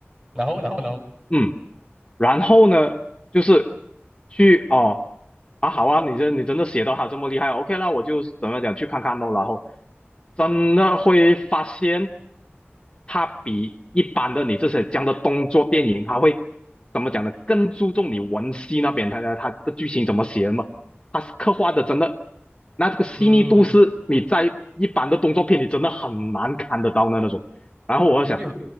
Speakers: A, on the right (about 25°); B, on the left (about 20°).
A: 然后，然后呢？
B: 嗯，然后呢，就是去哦啊好啊，你真你真的写到他这么厉害，OK 那我就怎么讲去看看咯，然后真的会发现他比一般的你这些这样的动作电影，他会怎么讲呢？更注重你文戏那边，他他他的剧情怎么写的嘛，他是刻画的真的，那这个细腻度是你在一般的动作片里真的很难看得到的那种。
A: 嗯，
B: 然后我就想，
A: 我没有，